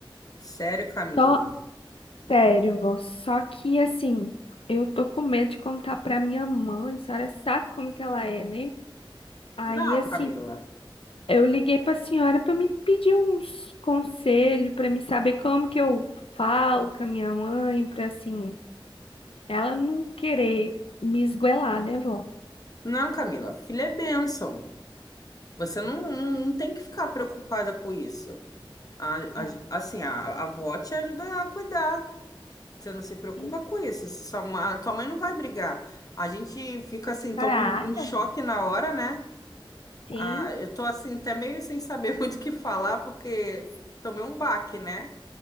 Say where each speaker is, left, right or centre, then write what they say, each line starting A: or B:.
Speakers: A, on the left; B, on the left.
A: Sério, Camila?
B: Só, sério, vó. Só que assim, eu tô com medo de contar pra minha mãe. A senhora sabe como que ela é, né? Aí,
A: Não,
B: assim,
A: Camila.
B: Eu liguei para a senhora para me pedir uns conselhos, para me saber como que eu falo com a minha mãe, para assim, ela não querer me esgoelar, né, vó?
A: Não, Camila. Filha é bênção. Você não, não, não tem que ficar preocupada com isso. A- a-
B: Ah,
A: assim, a, a avó te ajuda a cuidar. Você não se preocupa
B: sim.
A: com isso. Sua ma- tua mãe não vai brigar. A gente fica assim, toma
B: Caraca,
A: um, um choque
B: mano.
A: na hora, né?
B: Sim,
A: Ah, eu tô assim, até meio sem saber <laughs> muito o que falar, porque tomei um baque, né?